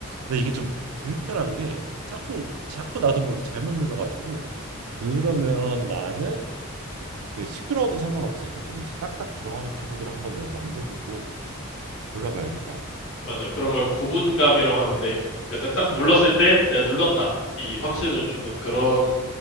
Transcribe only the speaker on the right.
근데 이게 좀 불편한 게 자꾸 자꾸 나도 모르게 잘못 눌러가지고 그러면 나는 그 시끄러워도 상관없으니까 좀 이제 딱딱 들어가는 키보드를 한번 내가 만져보고 골라봐야겠다.
음,